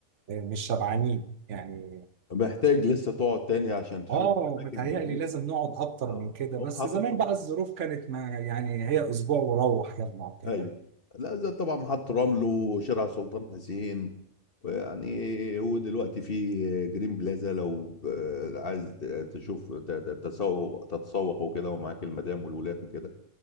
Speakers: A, on the right; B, on the left.
A: آه، مش شبعانين يعني
B: محتاج لسه تقعد تاني عشان تشوف
A: اه
B: اماكن
A: متهيألي
B: جديده
A: لازم نقعد اكتر
B: اه
A: من كده
B: قوم
A: بس
B: حاطط
A: زمان بقى الظروف كانت ما يعني هي اسبوع وروح يلا كده
B: ايوه لا زي طبعا محطة رمل وشارع سلطان حسين ويعني ودلوقتي في جرين بلازا لو آه، عايز تشوف ت- ت- تسوق تتسوق وكده ومعاك المدام والولاد وكده